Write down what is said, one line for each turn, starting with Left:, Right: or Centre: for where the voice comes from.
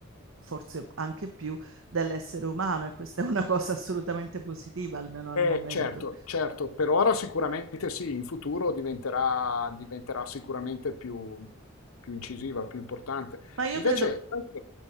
Right: forse anche più, dell'essere umano e questa è una cosa assolutamente positiva, almeno
Left: Eh,
Right: al momento.
Left: certo, certo, per ora sicuramente sì, in futuro diventerà, diventerà sicuramente più, più incisiva, più importante.
Right: Ma io
Left: Invece,
Right: credo...
Left: sai che-